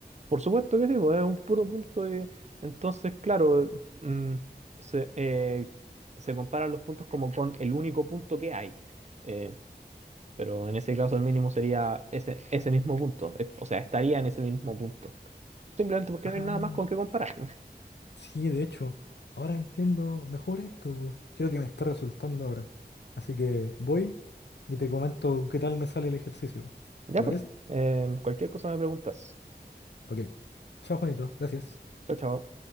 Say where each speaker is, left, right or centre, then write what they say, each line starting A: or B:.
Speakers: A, on the right (about 40°); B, on the left (about 85°).
A: por supuesto que sí, pues, es un puro punto. de- Entonces, claro, mm, se, eh, se comparan los puntos como con el único punto que hay. Eh, pero en ese caso el mínimo sería ese, ese mismo punto. eh, O sea, estaría en ese mismo punto. Simplemente porque
B: ah
A: no hay nada más con qué comparar. <laughs>
B: Sí, de hecho, ahora entiendo mejor esto. po. Creo que me está resultando ahora. Así que voy y te comento qué tal me sale el ejercicio.
A: Ya
B: ¿Te
A: pues,
B: parece?
A: eh, cualquier cosa me preguntas.
B: Ok. Chao, Juanito. Gracias.
A: Chao, chao.